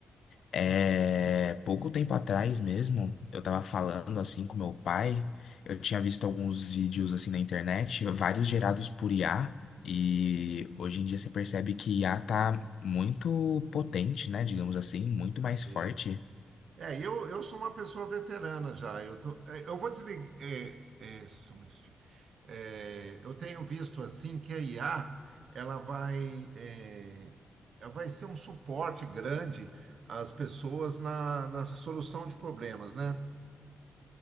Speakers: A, on the left; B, on the right.
A: É, pouco tempo atrás mesmo, eu tava falando assim com meu pai, eu tinha visto alguns vídeos assim na internet, vários gerados por IA, e hoje em dia você percebe que IA tá muito potente, né, digamos assim, muito mais
B: Sim.
A: forte.
B: É, eu, eu sou uma pessoa veterana já. Eu tô, é, eu vou desligar. É, é, só um minutinho. É, eu tenho visto assim que a IA ela vai, é, ela vai ser um suporte grande às pessoas na, na solução de problemas, né?